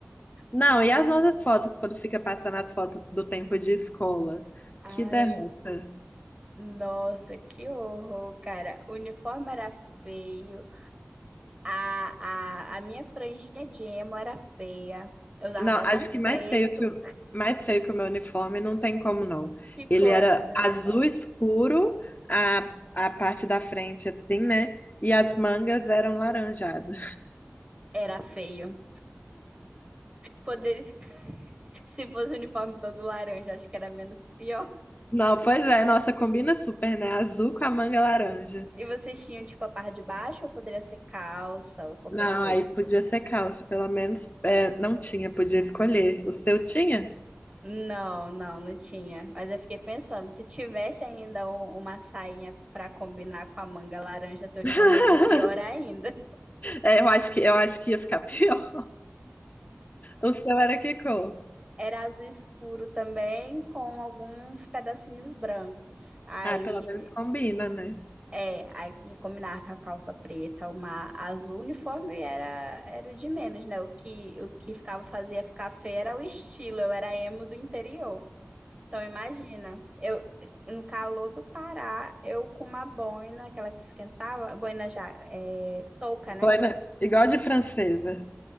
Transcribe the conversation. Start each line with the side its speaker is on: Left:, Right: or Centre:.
Left: Não,
Right: Hum,
Left: e as nossas fotos, quando fica passando as fotos do tempo de escola?
Right: Ai,
Left: Que derrota.
Right: nossa, que horror, cara. O uniforme era feio. A, a, a minha franjinha de emo era feia. Eu usava
Left: Não,
Right: batom
Left: acho que mais
Right: preto.
Left: feio que o, mais feio que o meu uniforme não tem como não.
Right: Que
Left: Ele
Right: cor
Left: era
Right: era teu
Left: azul
Right: uniforme?
Left: escuro, a, a parte da frente assim, né? E as mangas eram laranjadas.
Right: Era feio. Poderia, se fosse o uniforme todo laranja, acho que era menos pior.
Left: Não, pois é, nossa, combina super, né? Azul com a manga laranja.
Right: E vocês tinham, tipo, a parte de baixo ou poderia ser calça ou qualquer
Left: Não,
Right: coisa?
Left: aí podia ser calça, pelo menos é, não tinha, podia escolher. O seu tinha?
Right: Não, não, não tinha. Mas eu fiquei pensando, se tivesse ainda um- uma sainha para combinar com a manga laranja, teu uniforme
Left: <laughs>
Right: ia ser pior ainda.
Left: É, eu acho que eu acho que ia ficar <laughs> pior. O seu era que cor?
Right: Era azul escuro também, com alguns pedacinhos brancos. Aí
Left: Ah, pelo menos combina, né?
Right: É, aí de combinar com a calça preta, uma azul, o uniforme era, era o de menos, né? O que, o que ficava, fazia ficar feio era o estilo, eu era emo do interior. Então imagina, eu no calor do Pará, eu com uma boina, aquela que esquentava, boina já, é, touca, né?
Left: Boina, igual de francesa.